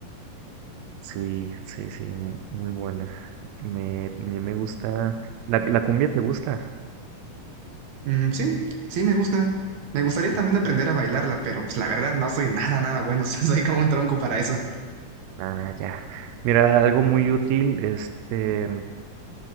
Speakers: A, on the right; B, on the right.
A: sí, sí, sí, mu- muy buena. Me, también me gusta. ¿La, la cumbia te gusta?
B: Mm, sí, sí, me gusta. Me gustaría
A: Ujú.
B: también aprender a bailarla, pero pues, la verdad no soy nada, nada bueno, <laughs> soy como un tronco para eso.
A: Ah, ya. Mira, algo muy útil, este,